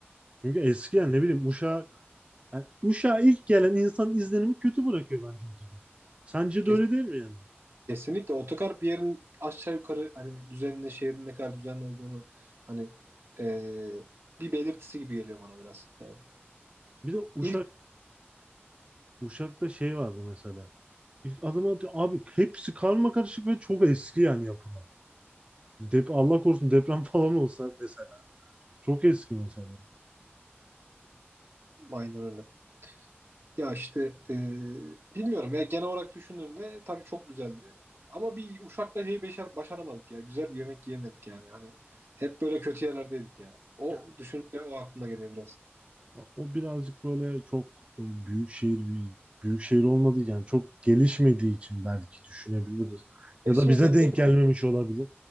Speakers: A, on the right (about 25°); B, on the right (about 60°).
A: Çünkü eski yani ne bileyim Uşak yani Uşak'a ilk gelen insan izlenimi kötü bırakıyor bence ortada. Sence
B: Kes-
A: de öyle değil mi yani?
B: Kesinlikle otogar bir yerin aşağı yukarı hani düzenli şehrin ne kadar düzenli olduğunu hani e, bir belirtisi gibi geliyor bana biraz. Yani
A: Bir de Uşak
B: ilk
A: Uşak'ta şey vardı mesela. İlk adım atıyor. Abi hepsi karma karışık ve çok eski yani yapılan. Dep Allah korusun deprem <laughs> falan olsa mesela. Çok eski mesela.
B: aynen Ya işte e, bilmiyorum ya genel olarak düşündüğümde tabii çok güzeldi. Ama bir Uşak'ta şeyi beşer, başaramadık ya. Güzel bir yemek yiyemedik yani. Hani hep böyle kötü yerlerdeydik ya. O
A: Ya.
B: düşünce o aklıma geliyor biraz.
A: O o birazcık böyle çok e, büyük şehir bir büyük şehir olmadığı yani çok gelişmediği için belki düşünebiliriz. Ya
B: Erişmese
A: da bize denk
B: bile
A: gelmemiş olabilir.